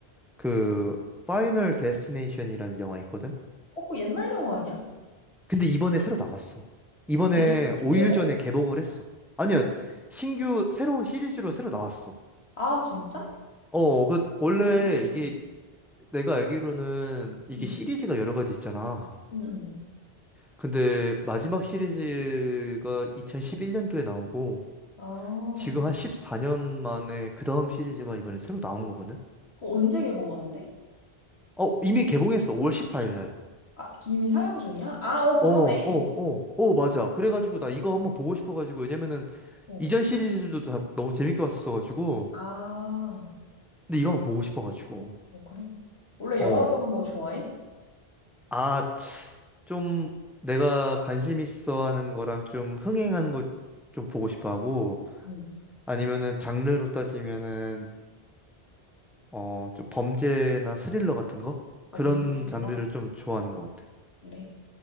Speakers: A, in the centre; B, on the left (about 80°).
A: 그, 파이널 데스티네이션이라는 영화 있거든?
B: 어, 그 옛날 영화 아니야?
A: 근데 이번에 새로 나왔어. 이번에
B: 재개, 재개봉?
A: 5일 전에 개봉을 했어. 아니야, 신규, 새로운 시리즈로 새로 나왔어.
B: 아, 진짜?
A: 어, 그, 원래
B: 아,
A: 이게 내가 알기로는 이게
B: 응,
A: 시리즈가 여러 가지 있잖아.
B: 응, 응.
A: 근데 마지막 시리즈가 2011년도에 나오고
B: 아,
A: 지금 한 14년 만에 그 다음 시리즈가 이번에 새로 나온 거거든?
B: 그거 언제 개봉하는데?
A: 어, 이미 개봉했어. 5월 14일 날.
B: 아, 이미 상영 중이야? 아, 어, 그러네.
A: 어, 어, 어, 어, 맞아. 그래가지고 나 이거 한번 보고 싶어가지고 왜냐면은
B: 어.
A: 이전 시리즈들도 다 너무 재밌게 봤었어가지고
B: 아,
A: 근데 이거 한번 보고 싶어가지고
B: 어, 그래. 원래
A: 어.
B: 영화 보는 거 좋아해?
A: 아, 좀 내가 관심 있어 하는 거랑 좀 흥행하는 거 좀 보고 싶어 하고
B: 응.
A: 아니면은 장르로 따지면은 어, 좀 범죄나 스릴러 같은 거?
B: 범죄
A: 그런
B: 스릴러?
A: 장르를 좀 좋아하는 것 같아.
B: 그래.